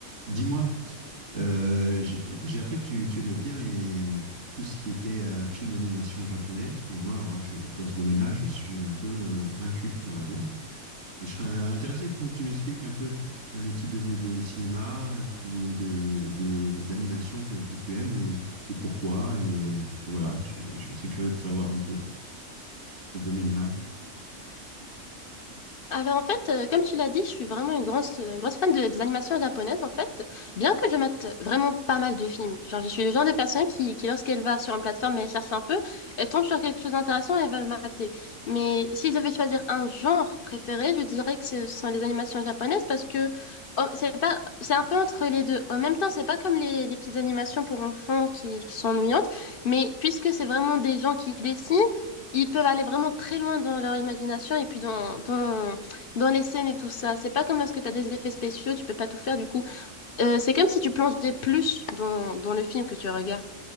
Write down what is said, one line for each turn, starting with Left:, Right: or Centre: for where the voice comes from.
Right: Dis-moi, euh, j'ai j'ai appris que tu, tu aimais bien les, tout ce qui était euh, film d'animation japonais. Et moi, alors, je- dans ce domaine-là, je suis un peu euh, inculte, on va dire. Et je serais intéressé pour que tu m'expliques un peu que- le type de, de cinéma et puis de, de- d'animation que, que tu aimes et, et pourquoi. Et voilà, je, je suis assez curieux de savoir un peu ce domaine-là.
Left: Alors en fait, euh, comme tu l'as dit, je suis vraiment une grosse, euh, une grosse fan de- des animations japonaises en fait, bien que je mette vraiment pas mal de films. Genre je suis le genre de personne qui, qui lorsqu'elle va sur une plateforme et elle cherche un peu, elle tombe sur quelque chose d'intéressant et elle va le mater. Mais si je devais choisir un genre préféré, je dirais que ce sont les animations japonaises parce que oh, c'est pas, c'est un peu entre les deux. En même temps, c'est pas comme les, les petites animations pour enfants qui, qui sont ennuyantes, mais puisque c'est vraiment des gens qui dessinent, Ils peuvent aller vraiment très loin dans leur imagination et puis dans, dans, dans les scènes et tout ça. C'est pas comme lorsque tu as des effets spéciaux, tu peux pas tout faire du coup. Euh, c'est comme si tu plongeais plus dans, dans le film que tu regardes.